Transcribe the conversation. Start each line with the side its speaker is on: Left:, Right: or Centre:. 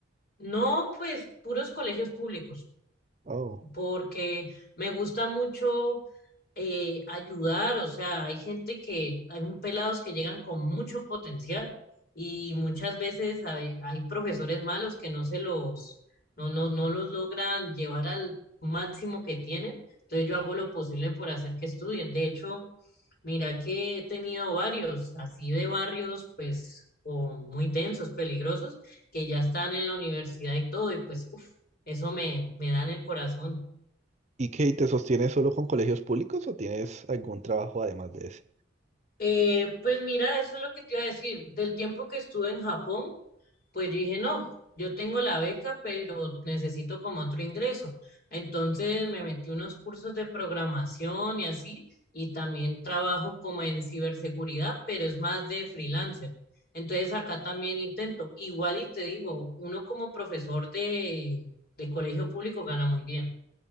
Left: No, pues puros colegios públicos
Right: Oh.
Left: porque me gusta mucho eh, ayudar, o sea, hay gente que, hay pelados que llegan con mucho potencial y muchas veces a ve- hay profesores malos que no se los, no, no, no los logran llevar al máximo que tienen, entonces yo hago lo posible por hacer que estudien. De hecho, mira que he tenido varios, así de barrios, pues, con- muy tensos, peligrosos, que ya están en la universidad y todo, y pues, uff, eso me, me da en el corazón.
Right: ¿Y qué, te sostienes solo con colegios públicos o tienes algún trabajo además de ese?
Left: Eh, pues mira, eso es lo que te iba a decir. Del tiempo que estuve en Japón, pues yo dije, no, yo tengo la beca, pero necesito como otro ingreso. Entonces me metí unos cursos de programación y así, y también trabajo como en ciberseguridad, pero es más de freelancer. Entonces acá también intento. Igual y te digo, uno como profesor de, de colegio público gana muy bien,